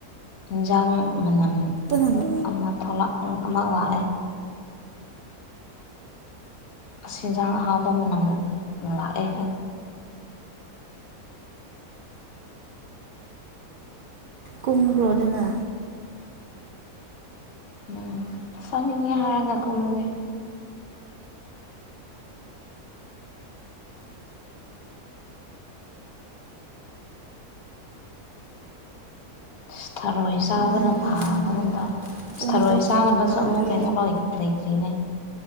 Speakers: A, on the left (about 70°); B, on the right (about 80°).
A: ꯏꯟꯖꯥꯡ ꯃꯅꯝ
B: ꯄꯨꯟꯅ
A: ꯑꯃ ꯊꯣꯛꯂꯛ ꯑꯃ ꯂꯥꯛꯑꯦ ꯁꯦꯟꯖꯥꯡ ꯑꯍꯥꯎꯕ ꯃꯅꯝ ꯂꯥꯛꯑꯦ ꯍ
B: ꯀꯨꯝ꯭ꯔꯣꯗ ꯉ
A: ꯎꯝ ꯁꯃꯤꯦ ꯍꯔꯥꯡ ꯉꯀꯨꯝꯃꯒꯦ ꯏꯁꯊꯔꯣꯏ ꯆꯥꯕꯅ
B: ꯋꯥꯏꯗ
A: ꯐꯥꯕꯒꯨꯝ
B: ꯋꯥꯏꯗ
A: ꯇꯧꯋꯦ ꯏꯁꯊꯔꯣꯏ
B: ꯄꯨꯡ ꯇꯔꯨꯛ
A: ꯆꯥꯅꯕꯁꯨ
B: ꯇꯥꯔꯦ
A: ꯑꯃꯨꯛ ꯀꯩꯅꯣ ꯂꯩꯇ꯭ꯔꯤꯅꯦ